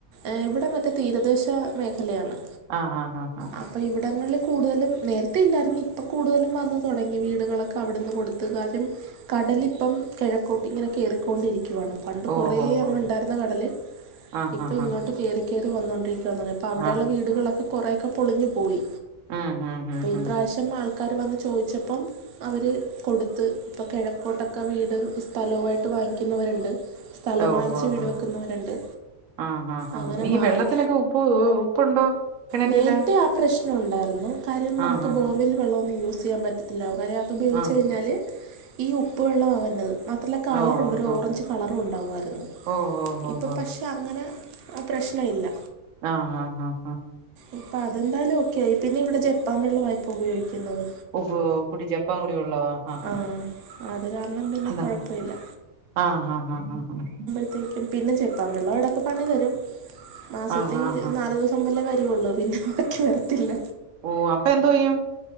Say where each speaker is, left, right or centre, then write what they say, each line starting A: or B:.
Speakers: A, on the right; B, on the right.
A: ഏഹ് ഇവിടെ മറ്റേ തീരദേശ മേഖലയാണ്.
B: ആഹ് ഹ ഹ ഹ
A: അപ്പോം ഇവിടങ്ങളിൽ കൂടുതലും നേരത്തെല്ലായിരുന്നു ഇപ്പം കൂടുതലും വന്ന് തുടങ്ങി വീടുകളൊക്കെ അവിടുന്ന് കൊടുത്തുക ൽ കടലിപ്പം കിഴക്കോട്ട് ഇങ്ങനെ കേറിക്കൊണ്ടിരിക്കുവാണ് പണ്ട്
B: ഓഹോ
A: കുറേ
B: ഹോ
A: അങ്ങ് ഉണ്ടായിരുന്ന കടല്
B: ആഹ്
A: ഇപ്പൊ
B: ആഹ്
A: ഇങ്ങോട്ട്
B: ആഹ്
A: കേറി കേറി വന്നോൊണ്ടിരിക്കുവാന്ന്പ അപ്പോ അവിടെയുള്ള
B: ആഹ്
A: വീടുകളൊക്കെ കുറെയൊക്കെ പൊളിഞ്ഞു പോയി.
B: ഉം ഉം ഉം
A: ഈ
B: ഉം
A: പ്രാവശ്യം പം ആൾക്കാർ വന്ന് ചോദിച്ചപ്പം അവര് കൊടുത്ത്. ഇപ്പോൾ കിഴക്കോട്ടൊക്കെ വീട് സ്ഥലവുമായിട്ട് വാങ്ങിക്കുന്നവരുണ്ട് സ്ഥലം
B: ഓഹോ
A: വാങ്ങിച്ച് വീട്
B: ഹോ
A: വെക്കുന്നവരുണ്ട്
B: ആഹ് ഹ ഹ
A: അങ്ങനെ
B: ഈ
A: മാറി
B: വെള്ളത്തിനൊക്കെ ഉപ്പ് ഉപ്പുണ്ടോ? കിണറ്റില്
A: നേരത്തെ ആ പ്രശ്നം ഉണ്ടാരുന്നു കാര്യം നമുക്ക്
B: ആഹ് ആഹ്
A: ബോ കൂടുൽ വെള്ളമൊന്നും യൂസ് ചെയ്യൻ പറ്റത്തില്ല കര്യം അത് ഉപയോഗിച്ച്
B: ആഹ്
A: കഴിഞ്ഞാല് ഈ ഉപ്പ് വെള്ളമാ വന്നത് മാത്രമല്ല കളറുണ്ട്
B: ഓഹ്
A: ഒരു
B: ഓഹ്
A: ഓറഞ്ച് കളറും ഉണ്ടാവുമായിരുന്നു.
B: ഓഹ് ഓഹ് ഓഹ്
A: ഇപ്പൊ
B: ഓഹ്
A: പക്ഷെ അങ്ങനെ ആ പ്രശ്ന ഇല്ല.
B: ആഹ് ഹാ ഹാ ഹാ.
A: അപ്പം അതെന്തായാലും ഓക്കെ ആയി. പിന്നെ ഇവിടെ ജപ്പാൻ വെള്ള ഇപ്പൊ ഉപയോഗിക്കുന്നത്.
B: ഓഹോ കുടി ജെപ്പാങ്കുടി വെള്ളവാ ആഹ്
A: ആ അത് കാരണം പിന്നെ
B: അതാ.
A: കുഴപ്പമില്ല
B: ആഹ്, ഹ, ഹ, ഹ, ആഹ്
A: തേയ്ക്കും. പിന്നേ <unintelligible> വ്ടെ ഒക്കെ പണി വരും. മാസത്തി
B: ആഹ് ആഹ് ആഹ്
A: നാല് ദിവസം മുന്നേ വരും. ള്ളൂ. പിന്നെ, ബാക്കി വരത്തില്ല.
B: ഓഹ്! അപ്പൊ എന്തോ യ്യും?